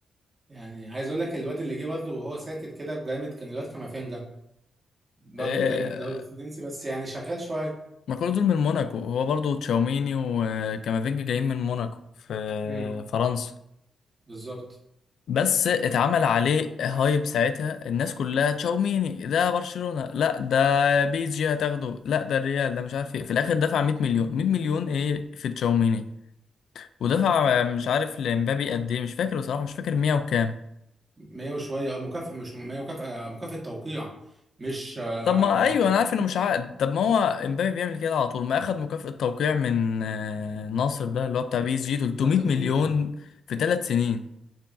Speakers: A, on the right; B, on the left.
A: يعني عايز اقول لك الواد اللي جه برضه وهو ساكت كده جامد كان الواد كامافينجا برضه
B: آه،
A: جاي من الدوري الفرنسي بس يعني شغال شويه
B: ما كل دول من موناكو هو برضه تشاوميني وكامافينجا جايين من موناكو في
A: امم
B: فرنسا
A: بالظبط
B: بس اتعمل عليه هايب ساعتها الناس كلها تشاوميني ده برشلونة لا ده بي اس جي هتاخده لا ده الريال ده مش عارف ايه في الاخر دفع 100 مليون 100 مليون ايه في تشاوميني ودفع مش عارف لمبابي قد ايه مش فاكر بصراحة مش فاكر 100 وكام
A: 100 وشويه اه مكافأة مش 100 مكافأة مكافأة توقيع مش آه،
B: طب ما
A: مش
B: ايوه انا عارف انه مش عقد طب ما هو امبابي بيعمل كده على طول ما اخد مكافأة توقيع من آه، ناصر ده اللي هو بتاع بي اس جي 300
A: 12 خليفة
B: مليون
A: اه
B: في ثلاث سنين